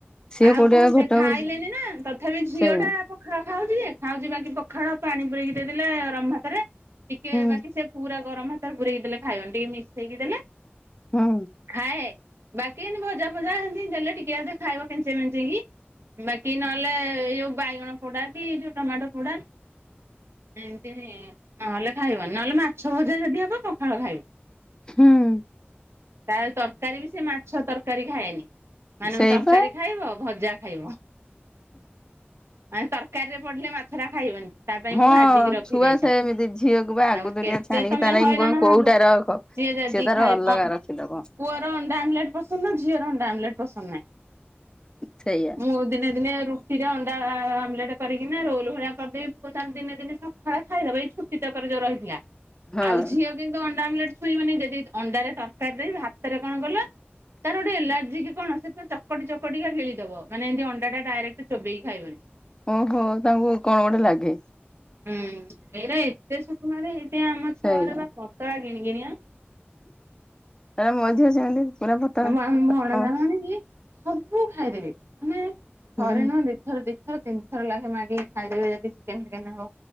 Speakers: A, on the left; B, on the right.
A: ସିଏ
B: ଆଉ
A: କୋଉଠି
B: କଣ ସେ
A: ଭେଟ
B: ଖାଇଲେନି
A: ହଉଛି
B: ନା ତଥାପି ଝିଅ
A: ସେଇଆ
B: ଟା ପଖାଳ ଖାଉଛି ଯେ ଖାଉଛି ବାକି ପଖାଳ ପାଣି ପୁୁରେଇକି ଦେଇଦେଲେ ଗରମ ଭାତରେ ଟିକେ
A: ହୁଁ
B: ବାକି ସେ ପୁରା ଗରମ ଭାତ ରେ ପୁରେଇକି ଦେଲେ ଖାଇବନି। ଟିକେ ମିସେଇକି ଦେଲେ
A: ହୁଁ
B: ଖାଏ ବାକି ଏନ୍ତି ଭଜା ଫଜା ହେନ୍ତି ଦେଲେ ଟିକେ ଅଧେ ଖାଇବ କେଞ୍ଚେ ମେଞ୍ଚେକି। ବାକି ନହେଲେ ଏଇ ଯୋଉ ବାଇଗଣ ପୋଡା କି ଯୋଉ ଟମାଟୋ ପୋଡା ଏମତି ନହେଲେ ଖାଇବନି। ନହେଲେ ମାଛ ଭଜା ଯଦି ହବ ପଖାଳ ଖାଇବ। ତା
A: ହୁଁ।
B: ତରକାରୀ ବି ସେ ମାଛ ତରକାରୀ ଖାଏନି। ମାନେ
A: ସେଇପା।
B: ତରକାରୀ ଖାଇବ ଭଜା ଖାଇବ। ମାନେ ତରକାରୀରେ ପଡିଲେ ମାଛରା ଖାଇବନି। ତା ପାଇଁ
A: ହଁ
B: ମୁଁ ଭାଜିକି ରଖି
A: ଛୁଆ
B: ଦେଇଥାଏ।
A: ସେମିତି ଝିଅକୁ ବା ଆଗୁତୁରିଆ
B: ଆଉ କେତେ
A: ଛାଣିକି
B: ତମେ
A: ତା ନାଗି
B: ହଇରାଣ
A: ମୁଁ କହିବି କୋଉଟା
B: ହବ?
A: ରଖ
B: ଯଦି
A: ସିଏ ତାର
B: ଖାଇବ।
A: ଅଲଗା ରଖିଦବ
B: ପୁଅର ଅଣ୍ଡା ଆମଲେଟ ପସନ୍ଦ ଝିଅର ଅଣ୍ଡା ଆମଲେଟ ପସନ୍ଦ ନାଇଁ।
A: ସେଇଆ
B: ମୁଁ ଦିନେ ଦିନେ ରୁଟିରେ ଅଣ୍ଡା ଆମଲେଟ କରିକିନା ରୋଲ ଭଳିଆ କରିଦେବି ପୁଅ ତାର ଦିନେ ଦିନେ ସକାଳେ ଖାଇଦବ। ଏଇ ଛୁଟି ତକରେ ଯଉ ରହିଥିଲା।
A: ହଁ
B: ଆଉ ଝିଅ କିନ୍ତୁ ଅଣ୍ଡା ଆମଲେଟ ଛୁଇଁବନି। ଯଦି ଅଣ୍ଡାରେ ତରକାରୀ ଦେଇ ଭାତରେ କଣ କଲ ତାର ଗୋଟେ ଏଲାର୍ଜି କି କଣ ସେ ତ ଚ ଚକଟି ଚକଟିକା ଗିଳିଦବ। ମାନେ ଏମତି ଅଣ୍ଡାଟା ଡାଇରେକ୍ଟ ଚୋବେଇକି ଖାଇବନି ।
A: ଓହୋ ତାଙ୍କୁ କଣ ଗୋଟେ ଲାଗେ
B: ହୁଁ ଏଇରା ଏତେ ସୁକୁମାରି ହେଥିପାଇଁ ଆମ ଛୁଆଗୁରା
A: ସେଇଆ
B: ପତଳା ଗିଣିଗିଣିଆ।
A: ମୋ ଝିଅ ସେମିତି। ପୁରା ପତଳା
B: ଆମ ଆମ ଭଣଜା
A: ହଁ
B: ଭାଣିଜୀ ସବୁ ଖାଇଦେବେ ମାନେ
A: ହୁଁ
B: ଥରେ ନୁହଁ ଦିଇଥ ଦିଥର ତିନିଥର ଲାଗେ ମାଗିକି ଖାଇଦେବେ ଯଦି ଚିକେନ ଫିକେନ ହବ।